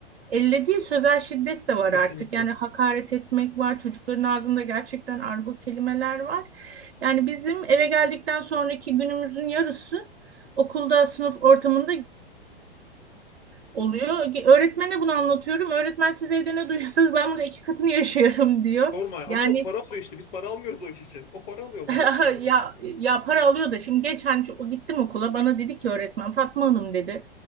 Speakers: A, on the right; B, on the left.
A: Elle değil sözel şiddet de var
B: Kesinlikle.
A: artık. Yani hakaret etmek var. Çocukların ağzında gerçekten argo kelimeler var. Yani bizim eve geldikten sonraki günümüzün yarısı okulda sınıf ortamında oluyor. Öğretmene bunu anlatıyorum. Öğretmen siz evde ne duyuyorsanız ben bunu iki katını yaşıyorum <laughs> diyor.
B: Sorma ama
A: Yani
B: o para alıyor işte. Biz para almıyoruz o iş için. O para alıyor, maaş
A: <laughs>
B: alıyor
A: Ya
B: o iş için.
A: ya para alıyor da şimdi geçen ço- gittim okula bana dedi ki öğretmen Fatma Hanım dedi.